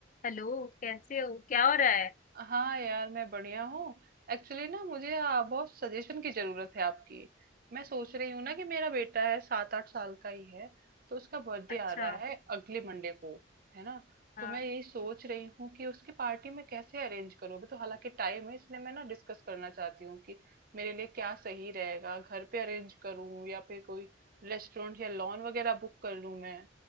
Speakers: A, on the left (about 45°); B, on the right (about 50°).
A: Hello कैसे हो क्या हो रहा है
B: हाँ यार मैं बढ़िया हूँ एक्चुअली ना मुझे आ, बहुत सजेशन की जरूरत है आपकी मैं सोच रही हूँ ना कि मेरा बेटा है सात आठ साल का ही है तो उसका बर्थडे
A: अच्छा
B: आ रहा है अगले मंडे को है ना
A: हाँ
B: तो मैं यही सोच रही हूँ कि उसकी पार्टी में कैसे अरेंज करूँ अभी तो हालांकि टाइम है इसलिए मैं ना डिस्कस करना चाहती हूँ कि मेरे लिए क्या सही रहेगा घर पे अरेंज करूँ या फिर कोई रेस्टोरेंट या लॉन वगैरह बुक कर लूँ मैं